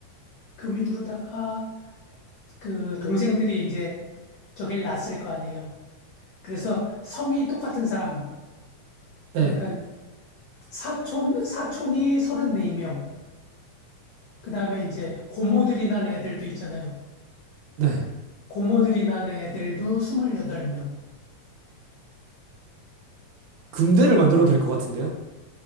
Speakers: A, on the left (about 75°); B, on the right (about 85°).
A: 그 밑으로다가 그 동생들이 이제 저길 낳았을 거 아니에요. 그래서 성이 똑같은 사람.
B: 네,
A: 그러니까 사촌, 사촌이 34명. 그 다음에 이제 고모들이 난 애들도 있잖아요.
B: 네.
A: 고모들이 난 애들도 28명.
B: 금대를 만들어도 될 것 같은데요?